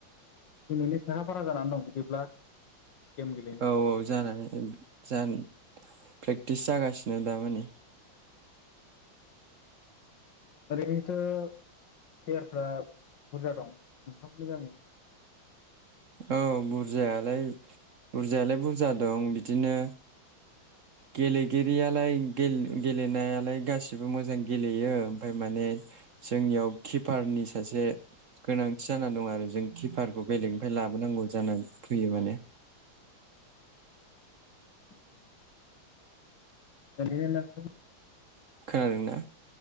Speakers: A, on the left; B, on the right.
A: गेलेनो साखा फारा जानानै दं बिदिब्ला गेम गेलेनो
B: औ औ जानानै जानानै प्रेक्टिस जागासिनो दामानि।
A: ओरैनोथ' फ्लेयारफ्रा बुरजा दं नोंथांमोननि गामियाव
B: औ बुरजायालाय बुरजायालाय बुरजा दं बिदिनो। गेलेगिरियालाय गेले गेलेनायालाय गासिबो मोजां गेलेयो ओमफ्राय माने जोंनियाव किपारनि सासे गोनांथि जाना दं आरो जों किपारखौ बेलेग निफ्राय लाबोनांगौ जानानै फैयो माने
A: <unintelligible>
B: खोनादोंना।